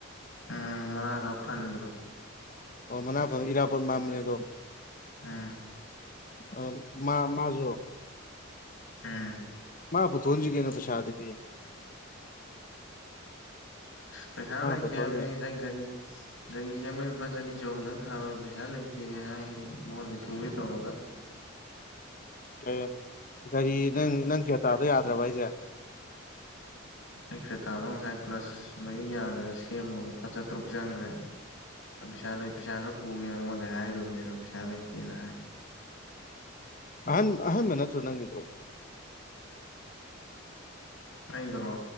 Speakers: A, on the left (about 60°); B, on the left (about 40°).
A: ꯑꯥ ꯃꯥꯅꯥ ꯈꯔ ꯐꯟꯕꯗꯣ
B: ꯑꯣ ꯃꯅꯥ ꯐꯟ ꯏꯔꯥꯕꯣꯠ ꯃꯥꯝꯕꯅꯦ ꯑꯗꯣ
A: ꯎꯝ
B: ꯑ ꯃꯥ ꯃꯥꯖꯨ
A: ꯑꯝ
B: ꯃꯥ ꯄꯨꯊꯣꯟꯍꯟꯖꯤ ꯀꯩꯅꯣ ꯄꯩꯁꯥ ꯑꯗꯨꯗꯤ
A: ꯄꯩꯁꯥ
B: ꯃꯥ
A: ꯂꯩꯇꯦ
B: ꯄꯨꯊꯣꯛꯍꯟꯗꯦ
A: ꯍꯥꯏꯕꯅꯤ ꯉꯁꯥꯏ ꯒꯥꯔꯤ
B: <inaudible>
A: ꯒꯥꯔꯤ ꯁꯦꯝꯕꯩ ꯂꯨꯄꯥ ꯆꯅꯤ ꯆꯍꯨꯝꯗꯪ ꯊꯥꯔꯣꯏ ꯄꯩꯁꯥ ꯂꯩꯇꯦ ꯍꯥꯏ ꯃꯉꯣꯟꯗꯩ ꯄꯨꯒꯦ ꯇꯧꯔꯒ
B: ꯀꯦꯠ ꯒꯥꯔꯤ ꯅꯪ ꯅꯪ ꯀ꯭ꯔꯦꯇꯥꯥꯗꯣ ꯌꯥꯗ꯭ꯔꯕ ꯍꯥꯏꯖꯦ
A: ꯑꯩ ꯀ꯭ꯔꯦꯇꯥꯗꯣ ꯉꯁꯥꯏ ꯀ꯭ꯂꯁ ꯃꯔꯤ ꯌꯥꯗꯗꯅ ꯁꯦꯝꯃꯣ ꯑꯃꯨꯛ ꯂꯨꯄꯥ ꯆꯥꯇꯔꯨꯛ ꯆꯪꯒ꯭ꯔꯦ ꯄꯩꯁꯥ ꯂꯩ ꯄꯩꯁꯥ ꯈꯔ ꯄꯨꯒꯦꯅ ꯃꯉꯣꯟꯗꯩ ꯍꯥꯏꯔꯨꯕꯅꯤ ꯑꯗꯨ ꯄꯩꯁꯥ ꯂꯩꯇꯦꯅ ꯍꯥꯏ
B: ꯑꯍꯟ ꯑꯍꯟꯕ ꯅꯠꯇ꯭ꯔꯣ ꯅꯪꯒꯤꯗꯣ
A: ꯑꯩꯗꯨꯔꯣ